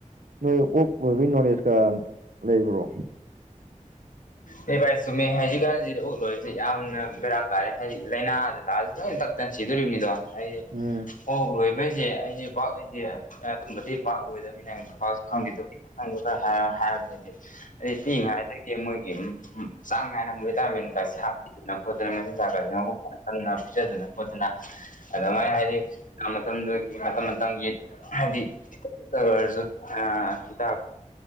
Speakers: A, on the right; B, on the left.
A: ꯅꯣꯏ ꯑꯣꯛ ꯂꯣꯏꯕꯒꯤ ꯅꯣꯂꯦꯖ ꯀ ꯂꯩꯕ꯭ꯔꯣ
B: ꯑꯩ ꯚꯥꯏ ꯆꯨꯝꯃꯦ ꯍꯧꯖꯤꯛꯀꯥꯟꯁꯤ ꯎꯛꯂꯣꯏꯕꯥ ꯌꯥꯝꯅ ꯕꯔꯥ ꯀꯥꯔꯦ ꯍꯥꯏꯗꯤ ꯂꯥꯏꯅꯥꯗ ꯂꯥꯑꯁꯨ ꯂꯣꯏꯅ ꯇꯛꯇꯅ ꯁꯤꯗꯣꯔꯤꯕꯅꯤꯗꯣ ꯍꯥꯏꯗꯤ
A: ꯎꯝ
B: ꯑꯣ ꯂꯣꯏꯕꯩꯁꯦ ꯑꯩꯁꯦ ꯄꯥꯛꯁꯦ ꯕꯗꯤ ꯄꯥꯛ ꯂꯣꯏꯗꯕꯅꯤꯅ ꯄꯥꯛꯁꯨ ꯈꯪꯕꯤꯗ <unintelligible> ꯑꯩ ꯁꯤ ꯉꯥꯏꯗꯒꯤ ꯃꯣꯏꯒꯤ ꯎꯝ ꯍꯨꯝ ꯆꯥꯡ ꯅꯥꯏꯅꯥ <unintelligible> ꯑꯗꯨꯅ ꯄꯤꯖꯗꯅ ꯈꯣꯠꯇꯅ ꯑꯗꯨꯃꯥꯏꯅ ꯍꯥꯏꯗꯤ ꯃꯇꯝꯗꯨꯒꯤ ꯃꯇꯝ ꯃꯇꯝꯒꯤ ꯍꯥꯏꯗꯤꯔ ꯈꯤꯇꯪꯗ ꯑꯣꯏꯔꯁꯨ ꯍꯥ ꯍꯤꯗꯥꯛ